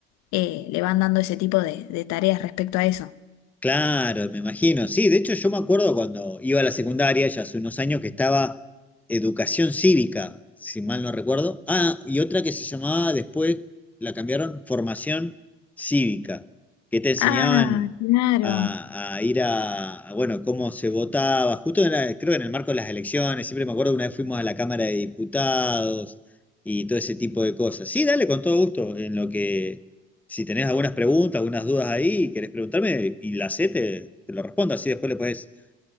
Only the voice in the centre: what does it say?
Claro, me imagino. Sí, de hecho yo me acuerdo cuando iba a la secundaria, ya hace unos años, que estaba educación cívica, si mal no recuerdo. Ah, y otra que se llamaba después, la cambiaron, formación cívica, que te enseñaban
a, a ir a, a, bueno, cómo se votaba, justo en la- creo que en el marco de las elecciones, siempre me acuerdo una vez fuimos a la Cámara de Diputados y todo ese tipo de cosas. Sí, dale, con todo gusto, en lo que si tenés algunas preguntas, algunas dudas ahí, querés preguntarme y la sé, te, te lo respondo. Así después le puedes